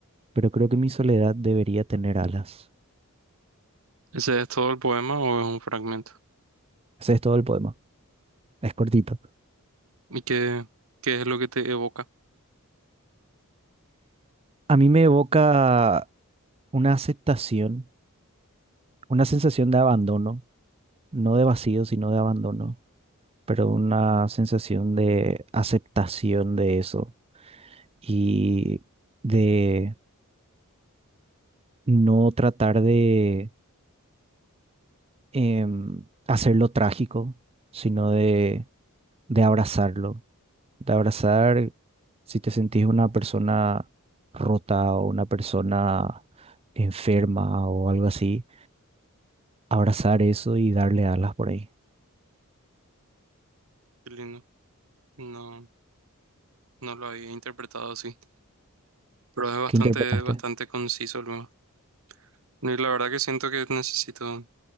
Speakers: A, on the right; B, on the right.
A: pero creo que mi soledad debería tener alas.
B: ¿Ese es todo el poema o es un fragmento?
A: Ese es todo el poema, es cortito.
B: ¿Y qué, qué es lo que te evoca?
A: A mí me evoca una aceptación, una sensación de abandono, no de vacío, sino de abandono, pero una sensación de aceptación de eso y de no tratar de em, hacerlo trágico, sino de, de abrazarlo, de abrazar si te sentís una persona rota o una persona enferma o algo así, abrazar eso y darle alas por ahí.
B: Qué lindo. No, no lo había interpretado así, pero es bastante,
A: ¿Qué interpretaste?
B: bastante conciso luego. Y la verdad que siento que necesito